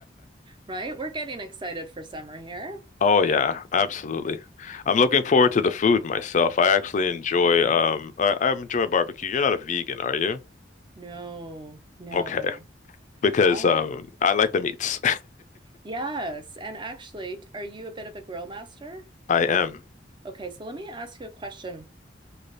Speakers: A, on the right; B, on the left.
A: Right? We're getting excited for summer here.
B: Oh yeah, absolutely. I'm looking forward to the food myself. I actually enjoy
A: Oh,
B: um I, I enjoy barbecue. You're not a vegan, are you?
A: no, no.
B: Okay. Because
A: I,
B: um I like the meats.
A: yes. And actually, are you a bit of a grill master?
B: <laughs> I am.
A: Okay, so let me ask you a question.